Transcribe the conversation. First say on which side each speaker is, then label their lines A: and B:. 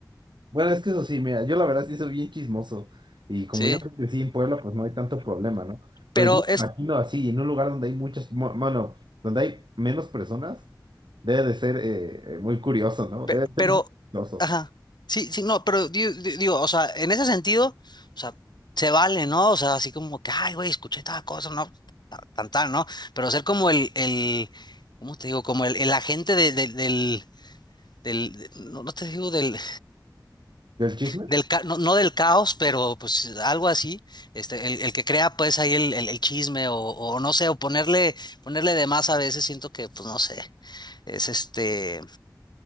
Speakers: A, on the right; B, on the left.
A: Bueno, es que eso sí, mira, yo la verdad sí soy bien chismoso y como
B: ¿sí?
A: yo crecí en Puebla, pues no hay tanto problema, ¿no? Pero
B: Pero
A: yo me
B: es,
A: imagino así, en un lugar donde hay muchas, mo- bueno, donde hay menos personas, debe de ser eh, eh, muy curioso, ¿no?
B: pe-
A: Debe de ser
B: pero,
A: muy curioso.
B: ajá, sí, sí, no, pero di- di- digo, o sea, en ese sentido, o sea, se vale, ¿no? O sea, así como que, ay, güey, escuché tal cosa, ¿no? Tan, tan, ¿no? Pero ser como el, el, ¿cómo te digo? Como el, el agente de- de- del, del, no, no te digo del,
A: ¿Del chisme?
B: del ca- no, no del caos, pero pues algo así, este, el, el que crea pues ahí el, el- el chisme o, o no sé, o ponerle, ponerle de más a veces siento que, pues no sé, es este,